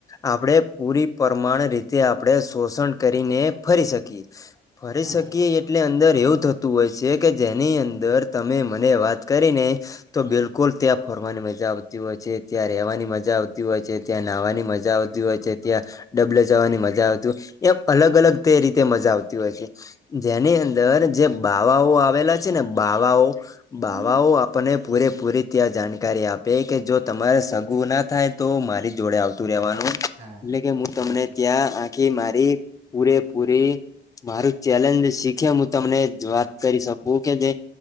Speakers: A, on the left; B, on the right.
A: આપડે પૂરી પરમાણ રીતે આપણે સોસણ કરીને ફરી શકીએ. ફરી
B: હા
A: સકીએ એટલે અંદર એવુ થ તું હોય છે કે જેની અંદર તમે મને વાત કરીને તો બિલકુલ તા ફરવાની મજા આવતી હોય છે, ત્યા રહેવાની મજા આવતી હોય છે, ત્યા નહવાની મજા આવતી હોય છે, ત્યા ડબ્લે જવાની મજા આવતુ એમ અલગ અલગ તે રીતે મજા આ તી હોય છે. જેની અંદર જે બાવાઓ આવેલા છે ને બાવાઓ બાવાઓ
B: હા
A: આપને પૂરેપૂરી ત્યા જાણકારી આપે કે જો તમારે સગુ ના થાય તો મારી જોડે આવતુ રેવાનુ.
B: હા
A: એટલે કે મુ તમને
B: ચોક્કસ
A: ત્યાં કે મારી પૂરેપૂરી મારુ ચેલેન્જ શીખે હુ તમને કરી સકુ કે, જે